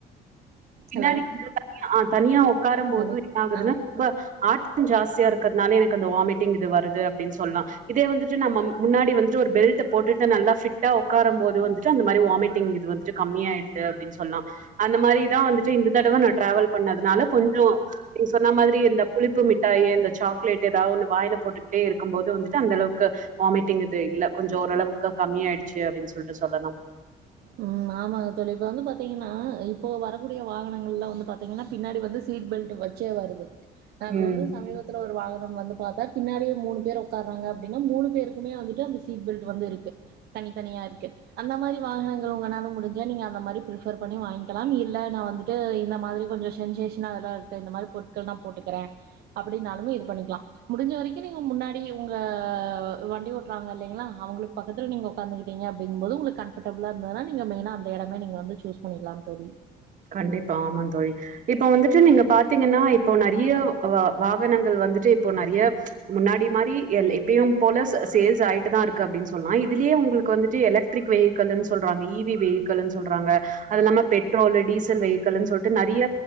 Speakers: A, on the right; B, on the right.
A: பின்னாடி
B: ஹலோ
A: வந்து தனியா ஆ தனியா ஒக்காரும் போது
B: ஹலோ.
A: என்ன ஆகுதுன்னா
B: ஆ.
A: ரொம்ப ஆட்டம் ஜாஸ்தியா இருக்குறதுனாலே எனக்கு அந்த வாமிட்டிங் இது வருது அப்டின்னு சொல்லலா இதே வந்துட்டு நம்ம முன்னாடி வந்துட்டு ஒரு பெல்ட போட்டுட்டு நல்லா ஃபிட்டா ஒக்காரும் போது வந்துட்டு அந்த மாரி வாமிட்டிங் இது வந்துட்டு கம்மி ஆயிடுது அப்டின்னு சொல்லலா அந்த மாரிதா வந்துட்டு இந்த தடவ நா டிராவல் பண்ணதுனால கொஞ்சோ நீங்க சொன்ன மாதிரி இந்த புளிப்பு மிட்டாயி இந்த சாக்லேட் ஏதாவது ஒன்னு வாயில போட்டுக்கிட்டே இருக்கும் போது வந்துட்டு அந்த அளவுக்கு வாமிட்டிங் இது இல்ல கொஞ்சோ ஓரளவுக்கு கம்மியாயிடுச்சு அப்டின்னு சொல்ட்டு சொல்லலா
B: உம் ஆமாங்க தோழி இப்ப வந்து பாத்தீங்கன்னா இப்போ வரக்கூடிய வாகனங்கள்ல வந்து பாத்தீங்கன்னா பின்னாடி வந்து சீட் பெல்டு வச்சே வருது நா இப்ப
A: ம்
B: வந்து சமீபத் ஒரு வாகனம் வந்து பாத்தா பின்னாடியே மூனு பேரு ஒக்றாங்க அப்டின்னா மூனு பேருக்குமே வந்துட்டு அந்த சீட் பெல்ட் வந்து இருக்கு தனித்தனியா இருக்கு அந்த மாதிரி வாகனங்கள் ற ஒங்கனால முடுஞ்சா நீங்க அந்த மாதிரி ப்ரஃபர் பண்ணி வாங்கிக்கலாம் இல்ல நா வந்துட்டு இந்த மாதிரி கொஞ்சோ சென்சேஷனா அதெல்லா இந்த மாதிரி பொருட்கள் தா போட்டுக்குறே அப்டின்னாலு இது பண்ணிக்கலா முடிஞ்ச வரைக்கு நீங்க முன்னாடி ஒங்க வண்டி ஓட்றாங்க இல்லைங்ளா அவுங்களுக்கு பக்கத்ல நீங்க ஒக்காந்துக்கிட்டீங்க அப்டிங்கம்போது ஒங்களுக்கு கம்ஃபர்டபுளா நீங்க மெயினா அந்த எடமே நீங்க வந்து சூஸ் பண்ணிக்கலாம் தோழி
A: கண்டிப்பா ஆமாந் தோழி இப்போ வந்துட்டு நீங்க பாத்தீங்கன்னா இப்போ நெறைய வா வாகனங்கள் வந்துட்டு இப்போ நெறைய முன்னாடி மாரி எல் எப்பயு போல ச சேல்ஸ் ஆயிட்டு தா ருக் கு அப்டின்னு சொன்னா இதுலேயே உங்களுக்கு வந்துட்டு எலக்டரிக் வெஹிக்கில்னு சொல்றாங்க இ வி வெஹிக்கில்னு சொல்றாங்க அது இல்லாம பெட்ரோலு டீசல் வெஹிக்கில்ன்னு சொல்ட்டு நெறைய